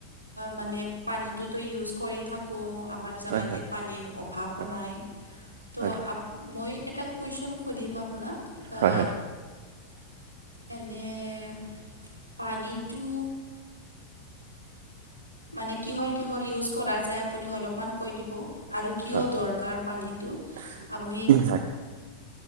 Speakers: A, on the right; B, on the right.
A: মানে পানীটোতো ইউজ কৰি। কৌ আমাৰ জাগাতে
B: হয় হয়
A: পানীৰ অ ভাপো
B: হয়
A: নাই, ত'
B: হয়
A: মই এটা কুৱেশ্যন সুধিম আপোনাক। ৱা
B: হয় হয়
A: এনে পানীটো মানে কিহৰ কিহৰ ইউজ কৰা যায় আপুনি অলপমান কৈ দিব আৰু কিয়
B: হয়
A: দৰকাৰ পানীটো আমি
B: হয়